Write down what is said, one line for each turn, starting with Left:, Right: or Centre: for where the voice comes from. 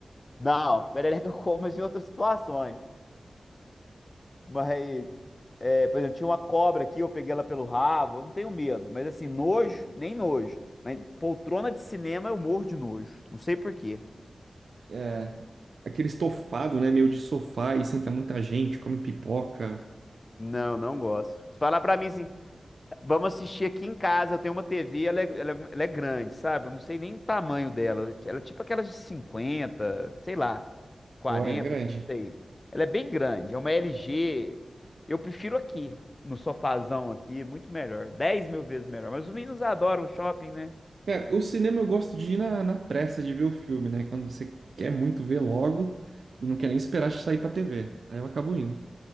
Left: Não, perereca <laughs> eu como mas em outras situações. Mas, é, por exemplo, tinha uma cobra aqui, eu peguei ela pelo rabo, eu não tenho medo. Mas assim, nojo, nem nojo. Mas poltrona de cinema eu morro de nojo. Não sei por quê.
Right: É, é, aquele estofado, né? Meio de sofá e senta muita gente, come pipoca.
Left: Não, não gosto. Se falar pra mim assim, Vamos assistir aqui em casa. Eu tenho uma TV, ela é, ela é- ela é grande, sabe? Eu não sei nem o tamanho dela. Ela é tipo aquelas de 50, sei lá, 40,
Right: Pô, é grande.
Left: não sei. Ela é bem grande, é uma LG. Eu prefiro aqui, no sofazão aqui, muito melhor. dez mil vezes melhor. Mas os meninos adoram shopping, né?
Right: É, o cinema eu gosto de ir na, na pressa de ver o filme, né? Quando você quer muito ver logo, não quer nem esperar sair pra TV. Aí eu acabo indo.